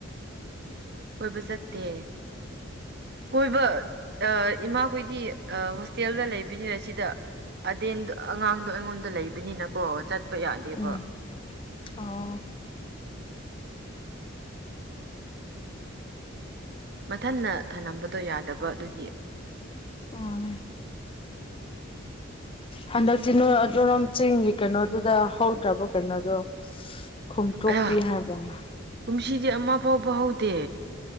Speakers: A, on the right; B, on the left.
A: ꯀꯣꯏꯕ ꯆꯠꯇꯦ ꯀꯣꯏꯕ ꯏꯃꯥꯈꯣꯏꯗꯤ ꯍꯣꯁꯇꯦꯜꯗ ꯂꯩꯕꯅꯤꯅ ꯁꯤꯗ ꯑꯗꯦꯟꯗ ꯑꯉꯥꯡꯗꯣ ꯑꯩꯉꯣꯟꯗ ꯂꯩꯕꯅꯤꯅꯀꯣ ꯆ ꯌꯥꯗꯦꯕ
B: ꯎꯝ ꯑꯣ
A: ꯃꯊꯟꯟꯅ ꯊꯝꯂꯝꯝꯕꯗꯣ ꯌꯥꯗꯕ ꯑꯗꯨꯒꯤ
B: ꯑꯣ ꯍꯟꯗꯛꯇꯤ ꯅꯣꯏ ꯑꯗꯨꯔꯣꯝ ꯆꯤꯡꯒꯤ ꯀꯩꯅꯣꯗꯨꯗ ꯍꯧꯗ꯭ꯔꯕꯣ ꯀꯩꯅꯣꯗꯣ ꯈꯨꯨꯝꯇꯣꯛ
A: ꯑꯌꯥ
B: ꯄꯕꯤꯍꯔꯕꯉ
A: ꯀꯨꯝꯁꯤꯗꯤ ꯑꯃ ꯐꯥꯎꯕ ꯍꯧꯗꯦ